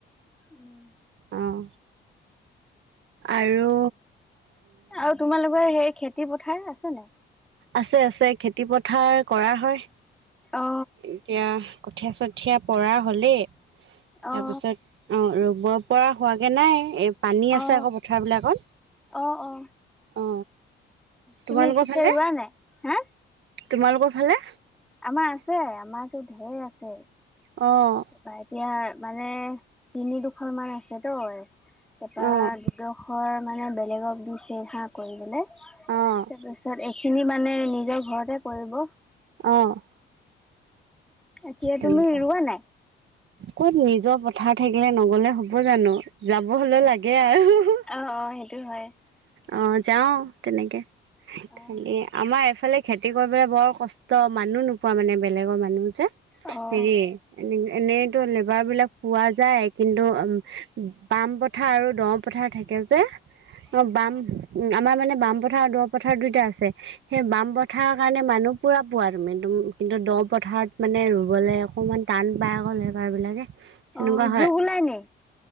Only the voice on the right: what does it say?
অঁ আৰু
আছে আছে, খেতি পথাৰ কৰা হয়।
এতিয়া কঠীয়া চঠীয়া পৰা হ'লেই। তাৰপিছত
অ' ৰ'বপৰা হোৱাগৈ নাই, এই পানী
আছে আকৌ পথাৰবিলাকত।
অ'
তোমালোকৰফালে?
তোমালোকৰফালে?
অ'।
অ'
অ'
অ'
তেনেকুৱা
ক'ত নিজৰ পথাৰ থাকিলে নগ'লে হ'ব জানো, যাব হ'লেও লাগে আৰু।
অ' যাওঁ তেনেকে
খালি আমাৰ এফালে খেতি কৰিবলৈ বৰ কষ্ট, মানুহ নোপোৱা মানে বেলেগৰ মানুহ যে
হেৰি এনে এনেইতো লেবাৰবিলাক পোৱা যায় কিন্তু বাম পথাৰ আৰু দ পথাৰ থাকে যে অ' বাম আমাৰ মানে বামপথাৰ আৰু দ পথাৰ দুইটা আছে। সেই বামপথাৰৰ কাৰণে মানুহ পুৰা পোৱা তুমি একদম কিন্তু দ পথাৰত মানে ৰুবলৈ অকণমান টান পাই গ'ল লেবাৰবিলাকে। সেনেকুৱা
হয়,